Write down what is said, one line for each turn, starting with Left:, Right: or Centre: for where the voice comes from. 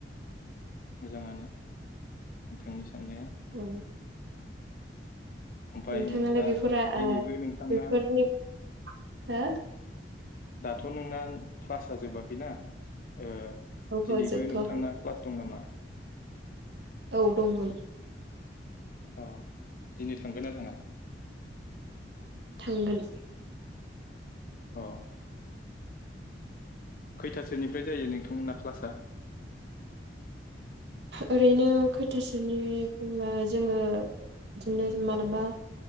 Left: मोजाङानो नोंथांनि साननाया
Right: औ
Left: ओमफाय
Right: नोंथाङालाय
Left: दा
Right: बेफोरा ओ
Left: दिनैबो नोंथांना
Right: बेफोरनि हो
Left: दाथ' नोंना क्लासा जोबाखैना ओह
Right: औहो
Left: दिनैबो
Right: जोबथ'वाखै
Left: नोंथांना क्लास दं नामा
Right: औ दंमोन
Left: अह दिनै थांगोना थाङा
Right: थांगोन
Left: अह खैथासोनिफ्राय जायो नोंथांमोनना क्लासा
Right: ओरैनो खोयथासोनिफ्रायबा जोङो बिदिनो मालाबा